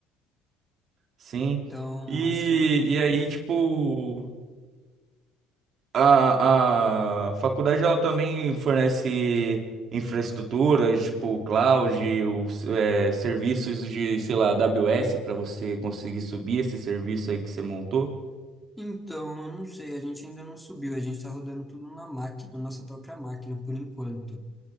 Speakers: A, on the right; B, in the centre.
A: Sim.
B: Então,
A: E,
B: acho que é um pouco sobre
A: e aí,
B: isso.
A: tipo, a, a faculdade ela também fornece infraestruturas, tipo, cloud, os, é, serviços de, sei lá, AWS para você conseguir subir esse serviço aí que você montou,
B: Então, eu não sei, a gente ainda não subiu, a gente tá rodando tudo na máquina, na nossa própria máquina por enquanto.